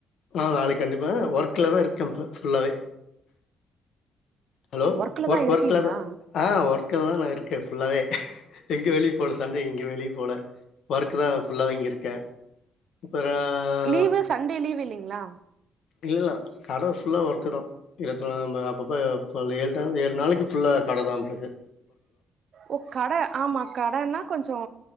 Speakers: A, on the left; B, on the right.
A: ஆ நாளைக்கு கண்டிப்பா ஒர்க்லதா இருக்க இப்ப ஃபுல்லாவே ஹலோ
B: ஒர்க்ல
A: ஒர்க்
B: தா இருக்கீங்களா
A: ஒர்கல த ஆ ஒர்க் ர்க்லதா நா இருக்கே ஃபுல்லாவே எங்க வெளியே போல சண்டே எங்கியு வெளிய போல ஒர்க்தா ஃபுல்லாவே இங்க இருக்கே இப்ப
B: லீவு சண்டே லீவ் இல்லிங் ங்லா
A: டில்லலா கட ஃபுல்லா ஒர்க்குதா இல்ல தோழா நம்ம அப்பப்ப ஃப ஏாழுடா ஏழு நாளக்கு ஃபுல்லா கடதா நம்ளுக்கு
B: ஓ கட ஆமா கடன்னா கொஞ்சோ